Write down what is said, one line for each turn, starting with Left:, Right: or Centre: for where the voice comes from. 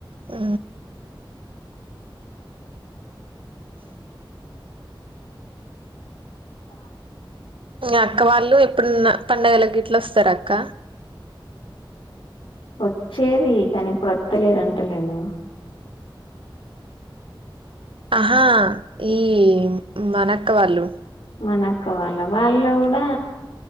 Right: ఆ
Left: ఆ
Right: అక్క వాళ్ళు ఎప్పుడున్న పడుగల గ ఇట్లా వస్తారు అక్క
Left: వచ్చేది కానీ ఇప్పుడు వత్తలేరంటలేను
Right: ఆహా ఈ మనక్క వాళ్ళు
Left: మనకువళ వాళ్ళు కూడా